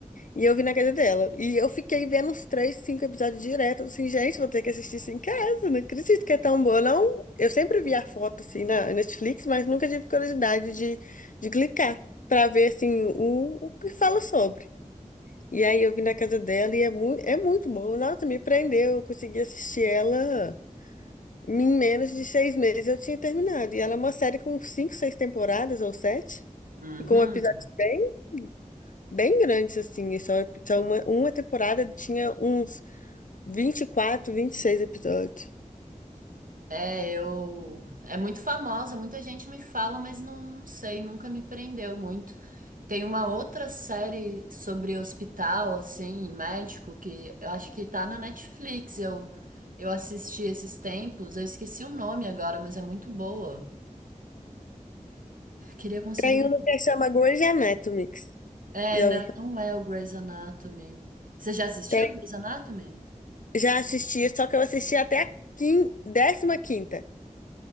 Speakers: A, on the left (about 70°); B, on the right (about 80°).
A: E eu vi na casa dela. E eu fiquei vendo uns três, cinco episódios direto. Assim, gente, vou ter que assistir isso em casa. Não acredito que é tão boa, não. Eu sempre vi a foto, assim, na Netflix, mas nunca tive curiosidade de, de clicar pra ver, assim, o, o que fala sobre. E aí eu vi na casa dela e é, mu é muito boa. Nossa, me prendeu. Eu consegui assistir ela em menos de seis meses. Eu tinha terminado. E ela é uma série com cinco, seis temporadas ou sete.
B: Uhum.
A: E com episódios bem bem grandes, assim. e Só, só uma, uma temporada tinha uns vinte vinte e quatro vinte e seis episódios.
B: É, eu. É muito famosa, muita gente me fala, mas não sei, nunca me prendeu muito. Tem uma outra série sobre hospital, assim, e médico, que eu acho que tá na Netflix. Eu, eu assisti esses tempos, eu esqueci o nome agora, mas é muito boa. Queria conseguir.
A: Tem
B: lem-
A: uma que chama Grey's Anatomy.
B: É,
A: Já,
B: não,
A: ouviu falar?
B: não é o Grey's Anatomy. Você já assistiu
A: tem,
B: o Grey's Anatomy?
A: já assisti, só que eu assisti até a quin, décima quinta